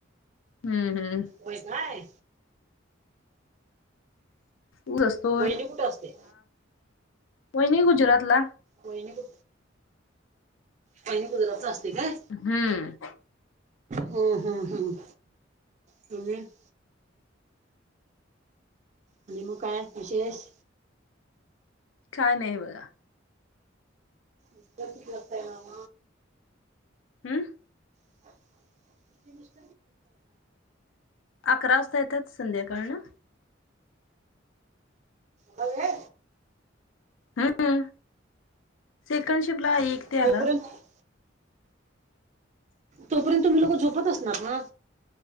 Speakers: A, on the left; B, on the right.
A: हम्म हम्म.
B: व्हय काय?
A: ऊस असतोय
B: वहिणी कुठे असते?
A: हो नाही गुजरात ला.
B: वहिने कु पहिने गुजराता असते का.
A: हम्म.
B: हम् हम् हम् त आणि मग काय विशेष.
A: काय नाही बघा.
B: इ त ग असतय नाम.
A: हम्म.
B: <unintelligible>
A: अकरा वाजता येतात संध्याकाळ ना.
B: ब आहे.
A: हम्मम सेकंड शिपला आहे एक ते
B: तोपर्यंत
A: आला.
B: तोपर्यंत तुम्ही लोक झोपत असणार ना.